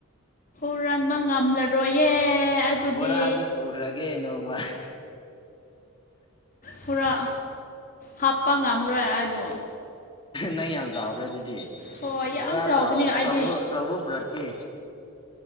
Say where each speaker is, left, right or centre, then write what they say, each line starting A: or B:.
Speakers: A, on the left; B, on the left.
A: ꯍꯨꯔꯥꯟꯕ ꯉꯝꯂꯔꯣꯏꯌꯦ ꯑꯩꯕꯨꯗꯤ
B: ꯕꯣꯔ ꯑꯗꯨꯗ ꯄꯨꯕꯈ꯭ꯔꯒꯦ ꯅꯧꯃ
A: ꯄꯨꯔꯥ ꯍꯥꯞꯄ ꯉꯝꯔꯣꯏ ꯍꯥꯏꯕꯨ
B: ꯅꯪ ꯌꯥꯝ ꯆꯥꯎꯕ꯭ꯔꯦ ꯑꯗꯨꯗꯤ
A: ꯍꯣꯏ ꯌꯥꯝ
B: ꯄꯨꯔꯥ
A: ꯆꯥꯎꯕꯅꯦ
B: ꯆ ꯁ
A: ꯑꯩꯗꯤ
B: ꯁ ꯄꯔꯣꯀꯤ